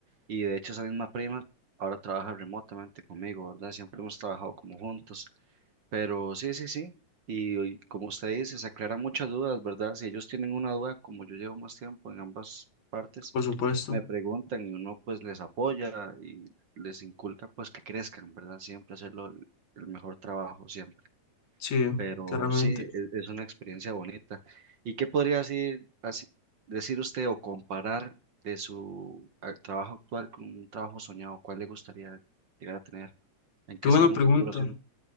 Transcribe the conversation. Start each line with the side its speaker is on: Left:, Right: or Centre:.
Right: y de hecho esa misma prima ahora trabaja remotamente conmigo, ¿verdad? Siempre hemos trabajado como juntos, Pero sí, sí, sí. Y hoy, como usted dice, se aclaran muchas dudas, ¿verdad? Si ellos tienen una duda, como yo llevo más tiempo en ambas partes,
Left: Por supuesto,
Right: me preguntan y uno pues les apoya y les inculca pues que crezcan, ¿verdad? Siempre hacerlo el, el mejor trabajo, siempre.
Left: sí,
Right: Pero
Left: claramente.
Right: sí, e- es, una experiencia bonita. ¿Y qué podría decir, así- decir usted o comparar de su a- trabajo actual con un trabajo soñado? ¿Cuál le gustaría llegar a tener? ¿En qué
Left: Qué buena
Right: se ve en
Left: pregunta,
Right: un futuro